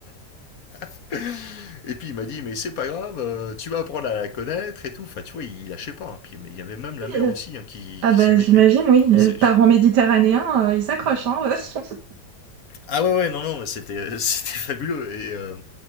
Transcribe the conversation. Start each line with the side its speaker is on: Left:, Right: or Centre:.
Left: <laughs> Et puis, il m'a dit, mais c'est pas grave, euh, tu vas apprendre à la connaître et tout. Enfin, tu vois, il lâchait pas. hein. Puis, mais il y avait même la
Right: Oui,
Left: mère
Right: euh,
Left: aussi hein, qui,
Right: Ah
Left: qui
Right: bah
Left: s'y mettait.
Right: j'imagine, oui.
Left: Et
Right: euh,
Left: c'est...
Right: Parents méditerranéens, euh, ils s'accrochent, hein. euh. <laughs> Est-ce
Left: Ah ouais, ouais, non, non, mais c'était, <laughs> c'était fabuleux. Et, euh,